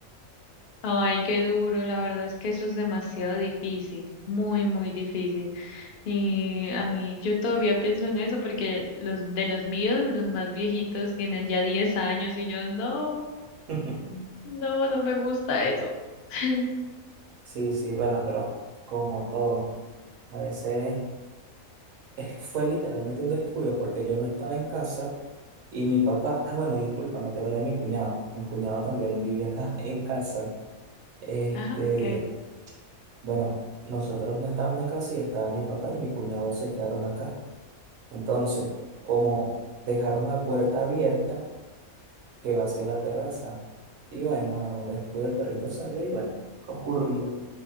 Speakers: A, on the left; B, on the right.
A: Ay, qué duro, la verdad es que eso es demasiado difícil, muy, muy difícil. Y a mí, yo todavía pienso en eso porque los de los míos, los más viejitos tienen ya 10 años y yo no,
B: <laughs>
A: no, no me gusta eso. <laughs>
B: sí, sí, bueno, pero como todo, a veces eh, fue literalmente un descuido porque yo no estaba en casa y mi papá, ah, bueno, disculpa, no te hablé de mi cuñado. Mi cuñado también vive acá <laughs> en casa. Este,
A: Ah, ok.
B: bueno, nosotros no estamos en casa y estaba mi papá y mi cuñado se quedaron acá. Entonces, como dejaron la puerta abierta, que vacié la terraza. Y bueno, en un descuido el perrito salió y bueno, ocurrió.